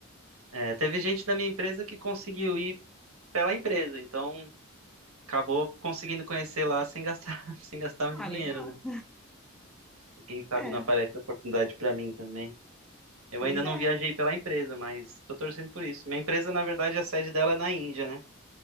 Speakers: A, on the right (about 80°); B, in the centre.
A: É, teve gente da minha empresa que conseguiu ir pela empresa, então acabou conseguindo conhecer lá sem gastar, <laughs> sem gastar um
B: Ah,
A: dinheiro,
B: legal.
A: né? Quem sabe
B: É,
A: não aparece a oportunidade para mim também. Eu
B: pois
A: ainda não
B: é.
A: viajei pela empresa, mas estou torcendo por isso. Minha empresa, na verdade, a sede dela é na Índia, né?